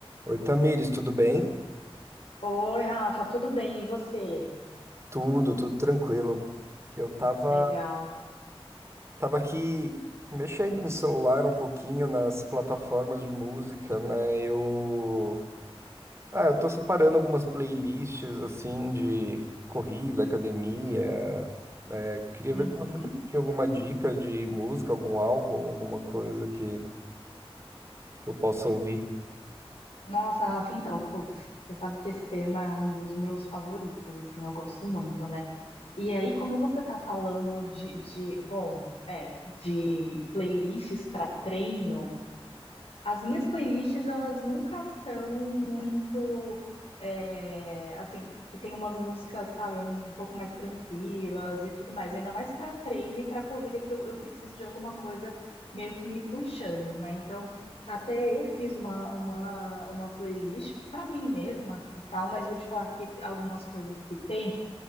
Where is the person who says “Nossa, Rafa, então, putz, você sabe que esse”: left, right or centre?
Left